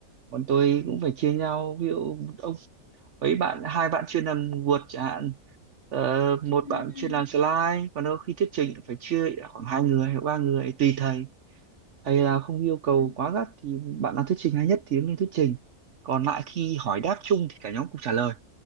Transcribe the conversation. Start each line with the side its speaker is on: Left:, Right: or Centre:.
Right: bọn tôi cũng phải chia nhau ví dụ ông ấy bạn hai bạn chuyên làm Word chẳng hạn ờ, một
Left: Ừ.
Right: bạn
Left: ừ,
Right: chuyên làm slide còn đôi khi thuyết trình cũng phải chia khoảng hai người hoặc ba người tùy thầy thầy là không yêu cầu
Left: ừ.
Right: quá gắt thì bạn nào thuyết trình hay nhất thì đứng lên thuyết trình còn lại khi hỏi đáp chung thì cả nhóm cùng trả lời